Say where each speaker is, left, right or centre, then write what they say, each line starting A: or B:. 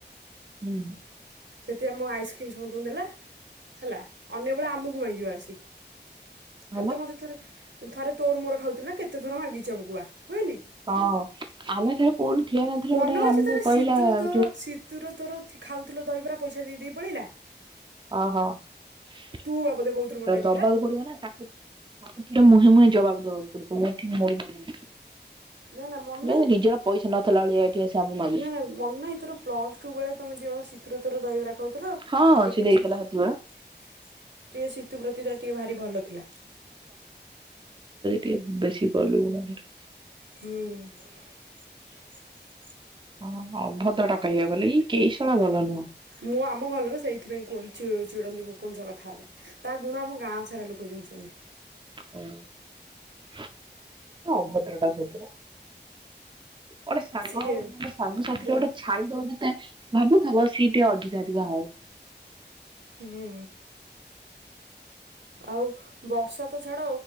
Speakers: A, on the right; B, on the right.
A: ହୁଁ।
B: ସେଥି ଆମ ଆଇସ୍କ୍ରିମ୍ ସମତୁଁ ଦେଲା ହେଲା ଅନ୍ୟବେଳେ ଆମୁକୁ ମାଗିବ ଆସି।
A: ହଁ
B: ତତେ
A: ବା
B: ମତେ ଥରେ ଥରେ ତୋର ମୋର ଖାଉଥୁଲୁ ନା କେତେ ଥର ମାଗିଚି ଆମୁକୁ ବା‌। କୁହେନି?
A: ହଁ ଆମେ ଥରେ କୋଉଠି ଠିଆ ହେଇନଥିଲେ
B: ମନ
A: ଗୋଟେ
B: ଅଛି
A: ଆମକୁ
B: ଥରେ
A: କହିଲା
B: ଶୀତୁର ତୋର
A: ଯୋଉ
B: ଶୀତୁର ତୋର ଥି ଖାଉଥୁଲ ଦହିବରା ପଇସା ଦେଇଦେଇ ପଳେଇଲା।
A: ଅହ। ତାକୁ
B: ତୁ ବା ବୋଧେ କହୁଥିଲୁ ମତେ
A: ଦ
B: ଏ
A: ଦବାକୁ
B: କଥା
A: ପଡ଼ିବ ନାଁ ତାକୁ ତାକୁ କିଏ ମୁହେଁ ମୁହେଁ ଜବାବ ଦବାଉ ପୁଡ଼ି କୋଉଠି ମୋଡ଼ି ମାଡ଼ି ହେଇଛି
B: ନା ନା ମନେ
A: ଯେ ନିଜର ପଇସା ନଥିଲା ଭଳିଆ ଏଠି ଆସି ଆମୁ ମା
B: ନାଁ ନାଁ ମନ ନାହିଁ ତୋର ପ୍ଲସ୍ ଟୁ ବେଳେ ତମେ ଦି ଜଣ ଶୀତୁର ତୋର ଦହିବରା ଖଉଥୁଲ
A: ହଁ
B: ସିଏ
A: ସେ
B: କିଛି
A: ଦେଇଥିଲା
B: ଟିଏ
A: ସେତିକିବେଳେ
B: ଶୀତୁ ପ୍ରତି ଟିକେ ଭାରି ଭଲ ଥିଲା।
A: ଟିଏ ବେଶୀ ଗଲୁ ଗୁଣ ଧରଛି।
B: ହୁଁ <inaudible>
A: ହଁ ଅଭଦ୍ରଟା କହିଆକୁ ଗଲେ ଏଇ କେଇ ସଳା ଭଲ ନୁହଁ।
B: ମୁଁ ଆମ ଘର ଲୋକ ସେଇଥିପାଇଁ କୁହନ୍ତି ଚି ଚିଡ଼ନ୍ତି ପୁପୁନ ସହ କଥା ହେଲେ। ତା ଗୁଣ ଆମ ଗାଁ ସାରା ଲୋକ ଚିନଚନ୍ତି।
A: ଅ ଅଭଦ୍ରଟା ସଦୁରୁ। ଓଟେ ସାଙ୍ଗ
B: ସିଏ
A: ମାନେ ସାଙ୍ଗ ସାଥିରେ
B: ବ
A: ଓଟେ ଛାଇ ଦବ ଯେତେ ଭାବୁଥା ବ ସିଏ ଟିଏ ଅଧିକା ଅଧିକା ହଏ।
B: ହୁଁ। ଆଉ ବର୍ଷା ତ ଛାଡ